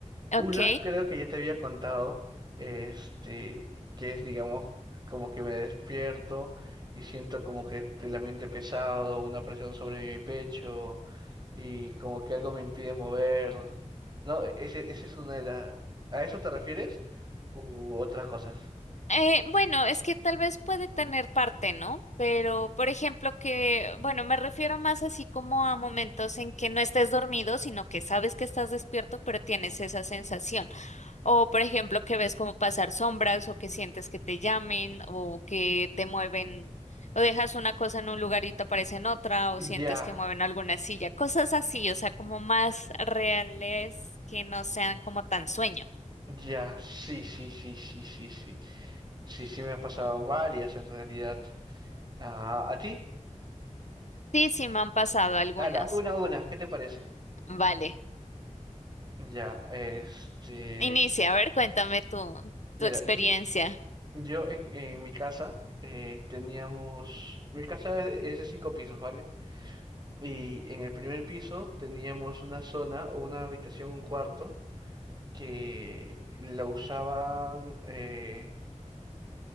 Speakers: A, on the left; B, on the right.
A: Ok.
B: Una, creo que ya te había contado, este, que es, digamos, como que me despierto y siento como que el ambiente pesado, una presión sobre mi pecho. y como que algo me impide mover. No, ese, ese es una de las... ¿A eso te refieres? U otras cosas.
A: Eh, bueno, es que tal vez puede tener parte, ¿no? Pero, por ejemplo, que, bueno, me refiero más así como a momentos en que no estés dormido, sino que sabes que estás despierto, pero tienes esa sensación. O, por ejemplo, que ves como pasar sombras o que sientes que te llamen o que te mueven o dejas una cosa en un lugar y te aparece en otra o
B: Ya,
A: sientes que mueven alguna silla. Cosas así, o sea, como más reales que no sean como tan sueño.
B: ya, sí, sí, sí, sí, sí, sí. Sí, sí me ha pasado varias en realidad. Ah, ¿a ti?
A: Sí, sí, me han pasado algunas.
B: Hala, una a una, ¿qué te parece?
A: Vale.
B: Ya, este...
A: Inicia, a ver, cuéntame tu,
B: Mira,
A: tu experiencia.
B: yo, yo en, en mi casa eh, teníamos... Mi casa es es de cinco pisos, ¿vale? Y en el primer piso teníamos una zona o una habitación, un cuarto. que la usaban. eh,